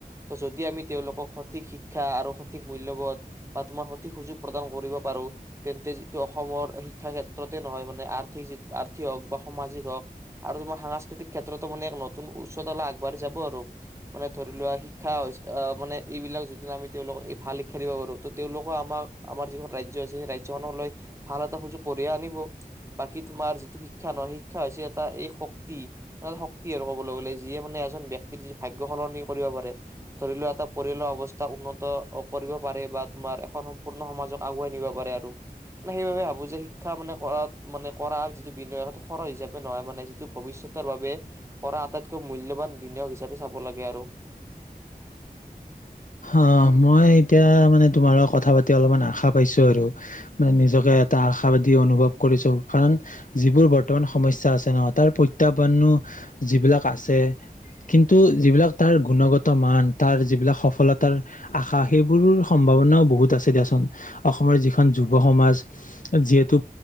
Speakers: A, on the right; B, on the left.
A: ত যদি আমি তেওঁলোকক সঠিক শিক্ষা আৰু সঠিক মূল্যবত বা তোমাৰ সঠিক সুযোগ প্ৰদান কৰিব পাৰো তেন্তে যিটো অসমৰ শিক্ষা ক্ষেত্ৰতে নহয় মানে আৰ্থিকি আৰ্থিক হওক বা সামাজিক হওঁক আৰু তোমাৰ সাংস্কৃতিক। ক্ষেত্ৰতো মানে এক নতুন উচ্চতলা আগবাঢ়ি যাব আৰু মানে ধৰি লোৱা শিক্ষা আহ মানে এইবিলাক যদি আমি তেওঁলোকক এই ভাল শিক্ষা দিব পাৰো ত তেওঁলোকো আমাক আমাৰ যিখন ৰাজ্য আছে সেই ৰাজ্যখনলৈ ভাল এটা সুযোগ কঢ়িয়াই আনিব বাকী তোমাৰ যিটো শিক্ষা নহয় শিক্ষা হৈছে এটা এই শক্তি। শক্তি আৰু ক'বলৈ গ'লে যিয়ে মানে এজন ব্যক্তিৰ যি ভাগয় সলনি কৰিব পাৰে ধৰি লও এটা পৰিয়ালৰ অৱস্থা উন্নত কৰিব পাৰে বা তোমাৰ এখন সম্পূৰ্ণ সমাজক আগুৱাই নিব পাৰে আৰু মানে সেইবাবে ভাবো যে শিক্ষা মানে কৰাত মানে কৰা যিটো বিন সেইটো সৰ হিচাপে নহয় মানে যিটো ভৱিষ্যত। কৰাৰ বাবে পৰা আটাইতকৈ মূল্যবান বিনিয়োগ হিচাপে চাব লাগে আৰু,
B: অ মই এতিয়া মানে তোমাৰ লগ কথা পাতি অলপমান আশা পাইছো আৰু মানে নিজকে এটা আশাবাদী অনুভৱ কৰিছো কাৰণ যিবোৰ বৰ্তমান সমস্যা আছে ন তাৰ প্ৰত্যাহ্বানো যিবিলাক আছে কিন্তু যিবিলাক তাৰ গুণগত মান তাৰ যিবিলাক সফলতা। তাৰ আশা সেইবোৰৰ সম্ভাৱনাও বহুত আছে দিয়াচোন অসমৰ যিখন যুৱ সমাজ যিহেতু